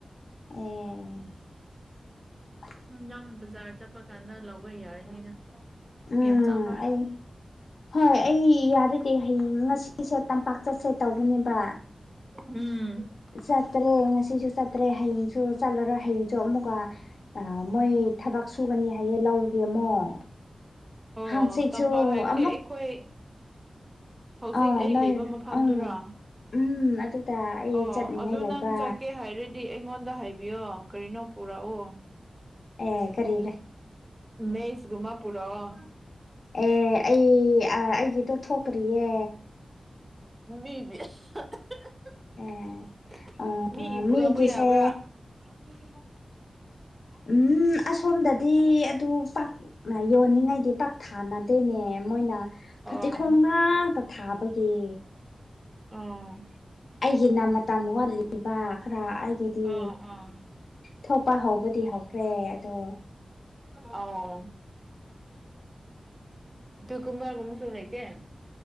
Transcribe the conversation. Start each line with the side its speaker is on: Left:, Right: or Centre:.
Left: ꯑꯦ
Right: ꯎꯝ ꯅꯪ ꯕꯖꯥꯔ ꯆꯠꯄ ꯀꯥꯟꯗ ꯂꯧꯕ ꯌꯥꯔꯅꯤꯗ
Left: ꯎꯝ
Right: ꯌꯥꯝ ꯆꯪꯔꯣꯏ
Left: ꯑꯩ ꯍꯣꯏ ꯑꯩ ꯌꯥꯔꯗꯤ ꯍꯌꯦꯡ ꯉꯁꯤꯁꯦ ꯇꯝꯄꯥꯛ ꯆꯠꯁꯦ ꯇꯧꯕꯅꯦꯕ
Right: ꯎꯝ
Left: ꯆꯠꯇ꯭ꯔꯦ ꯉꯁꯤꯁꯨ ꯆꯠꯇ꯭ꯔꯦ ꯍꯌꯦꯡꯁꯨ ꯆꯠꯂꯔꯣꯏ ꯍꯌꯦꯡꯁꯨ ꯑꯃꯨꯛꯀꯥ ꯑꯥ ꯃꯣꯏ ꯊꯕꯛ ꯁꯨꯒꯅꯤ ꯍꯥꯏꯌꯦ ꯂꯧꯒꯤ ꯑꯃꯨꯛ
Right: ꯑꯣ
Left: ꯍꯥꯡꯆꯤꯠꯁꯨ
Right: ꯇꯝꯄꯥꯛ ꯍꯥꯏꯕꯁꯦ
Left: ꯑꯃꯨꯛ
Right: ꯑꯩꯈꯣꯏ ꯍꯧꯖꯤꯛ
Left: ꯑꯥ
Right: ꯑꯩ
Left: ꯅꯣꯏ
Right: ꯂꯩꯕ ꯃꯐꯝꯗꯨꯔꯣ
Left: ꯎꯝ ꯎꯝ ꯑꯗꯨꯗ ꯑꯩ
Right: ꯑꯣ
Left: ꯆꯠꯅꯤꯡꯉꯥꯏ
Right: ꯑꯗꯨ
Left: ꯂꯩꯕ
Right: ꯅꯪ ꯆꯠꯀꯦ ꯍꯥꯏꯔꯤꯠ ꯗꯤ ꯑꯩꯉꯣꯟꯗ ꯍꯥꯏꯕꯤꯌꯣ ꯀꯔꯤꯅꯣ ꯄꯨꯔꯑꯣ
Left: ꯑꯦ ꯀꯔꯤꯔꯥ
Right: ꯃꯦꯖꯒꯨꯝꯕ ꯄꯨꯔꯑꯣ
Left: ꯑꯦ ꯑꯩ ꯑꯥ ꯑꯩꯒꯤꯗꯣ ꯊꯣꯛꯇꯔꯤꯌꯦ
Right: ꯃꯤꯒꯤ <unintelligible>
Left: ꯑꯦ
Right: ꯃꯤꯒꯤ ꯄꯨꯔꯛꯄ
Left: ꯃꯤꯒꯤꯁꯦ
Right: ꯌꯥꯕ꯭ꯔꯥ <unintelligible>
Left: ꯎꯝ ꯑꯁꯣꯝꯗꯗꯤ ꯑꯗꯨ ꯄꯥꯛꯅ ꯌꯣꯟꯅꯤꯡꯉꯥꯏꯗꯤ ꯄꯥꯛ ꯊꯥꯅꯗꯦꯅꯦ ꯃꯣꯏꯅ
Right: ꯑꯣ
Left: ꯐꯇꯤꯈꯣꯝ ꯉꯥꯛꯇꯥ ꯊꯥꯕꯒꯤ
Right: ꯑꯣꯝ
Left: ꯑꯩꯒꯤꯅ ꯃꯇꯝ ꯋꯥꯠꯂꯤꯕ ꯈꯔ ꯑꯩꯒꯤ ꯗꯤ
Right: ꯑꯣ ꯑꯣ
Left: ꯊꯣꯛꯄ ꯍꯧꯕꯗꯤ ꯍꯧꯈ꯭ꯔꯦ ꯑꯗꯣ
Right: ꯑꯥꯎ ꯇꯨꯀꯨꯨꯝꯕꯥ ꯑꯃꯒꯨꯝꯁꯨ ꯂꯩꯇꯦ